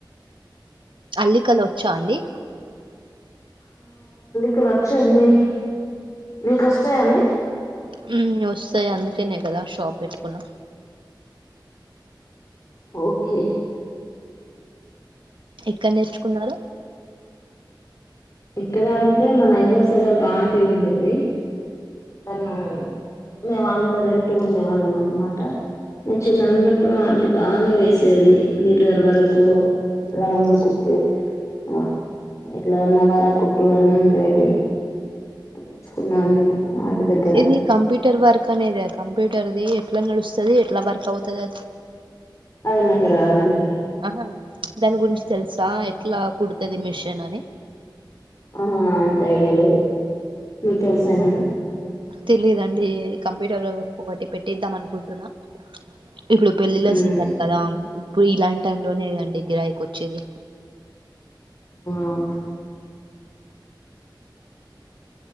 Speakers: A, on the right; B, on the left.
A: అల్లికలోచ్చా అండి
B: కలోచ్చండి నీకొస్తాయా అండి
A: హు వస్తాయి అందుకేనే కదా షాప్ పెట్టుకున్న
B: ఓకే
A: క్కనేర్చుకున్నారు
B: ఎక్కడ అంటే మనైబర్స్ దగ్గర ఒక ఆంటి ఉండేది నన్న మేము వాళ్ళ ఇంట్లో రెంటు కుండేవాళ్ళం అన్నమాట నేను చిన్న గున్నప్పుడు ఆంటి బాగా వేసేది మీర్రర్ వర్క్ లవంగ కుట్టు ఆ ఎట్లా నవార కుట్టు అని ఉండేటియి నేర్చుకున్నాను నేను ఆంటీ దగ్గర
A: ఇది కంప్యూటర్ వర్క్ అనేదే కంప్యూటర్ది ఎట్లా నడుస్ స్తది ఎట్లా వర్కా ఆవుతది అది
B: అది నాక్ రా నండి
A: ఆహా దాని గురించి తెలుసా ఎట్లా కుడుతది మిషన్ అని
B: ఆహా అంత ఐడియా లేదు మీకు తెలుసా ఏమన్నా
A: తెలియదండి కంప్యూటర్ లో వరకు ఒకటి పెట్టిద్దాం అనుకుంటున్నా ఇప్పుడు పెళ్ళిళ్ళ
B: మ్మ్
A: సీజన్ కదా ప్పు ఇలాంటి టైం లోనే అండి గిరాకి వచ్చేది
B: ఓ